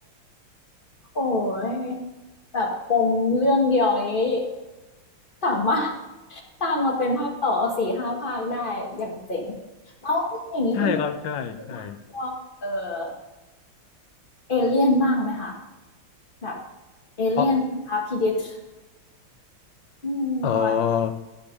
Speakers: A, on the left; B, on the left.
A: โอ้ยแบบปมเรื่องเดียวนี้สามารถสร้างมาเป็นภาคต่อสี่ห้าภาคได้อย่างเจ๋งแล้วอย่างนี้คุณบอยดูหนังพวกเออ
B: ๆ <laughs> ใช่ครับใช่ใช่
A: เอเลี่ยนบ้างไหมคะแบบเอเลี่ยนนะคะพีเดต
B: อ๋อ
A: อืมประมาณ
B: เออ